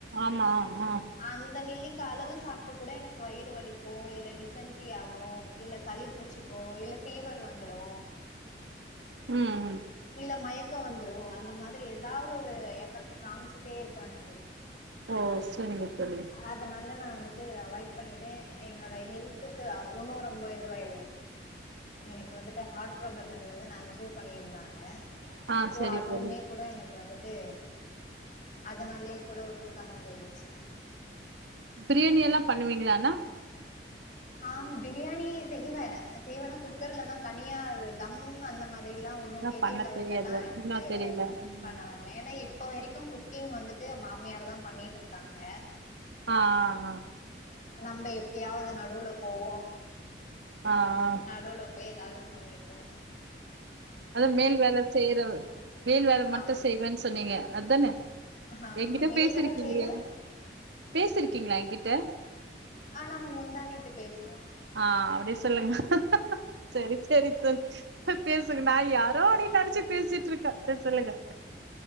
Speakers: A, on the right; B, on the left.
A: ஆமா ஆ
B: அந்த நெல்லி அளவு சாப்ட்டு கூட எனக்கு வயிறு வலிக்கு இல்ல டிசன்ட் ரிஆகு இல்ல சளி புடிச்சுக்கு இல்ல ஃபீவர் வந்துடு
A: ம்
B: இல்ல மயக்க வந்துரு அந்த மாதிரி எதாவது ஒரு எஃபெக்ட் காமிச்சுட்டே இருக்கு எனக்கு
A: ஓ செரிங்க தோழி
B: அதனால நா வந்துட்டு அவாய்ட் பண்ணிட்டே என்னோட ஹெல்த் துக்கு ஒன்னு ரொம்ப இதுவாயிடு எனக்கு வந்துட்டு ஹார்ட் ப்ராபாளம் இருந்தது நான அஞ்சி யோ பண்ணியிருந்தாங்க
A: ஆ
B: சோ
A: சரி
B: அதுவுமே
A: தோழி
B: கூட எனக்கு வந்து ட்டு அதுனாலயே கூட ஒத்துக்காம போயிடுச்சு
A: பிரியாணி எல்லா பண்ணுவீங்களாண்ணா
B: ஆ பிரியாணி செய்வே செய்வேனா குக்கர்ல தா தனியா தம்மு அந்த மாதிரில்லா ஒன்னும்
A: ஆனா
B: பெரிய
A: பண்ண
B: லெவல்லல்லா
A: தெரியாது
B: எனக்கு
A: இன்னு தெரியல ம்
B: பண்ண வர்ல ஏன்னா இப்ப வரைக்கு குக்கிங் வந்துட்டு மாமியார் தா பண்ணிட்டு இருக்காங்க
A: ஆ ஆ அ
B: நம்ம எப்பயாவது நடுவுல போவோ
A: ஆ அ
B: நடுவுல போய் ஏதாவது சமைப்போ
A: அத மேல் வேல செய்யற மேல் வேல மட்டு
B: ஆமா.
A: செய்வேன்னு சொன்னீங்க அதானே
B: ஆமா.
A: எங்கிட்ட
B: மேல்
A: பேசிருக்கீங்களே
B: வேலை செய்வேன்.
A: பேசிருக்கீங்களா எங்கிட்ட
B: ஆ நம்ம முந்தானேத்து பேசுனோ
A: ஆ அப்டி சொல்லுங்க சரி சரி சரி பேச <unintelligible> நா யாரோ அப்டின்னு நெனச்சி பேசிட்டு இருக்கே சர் சொல்லுங்க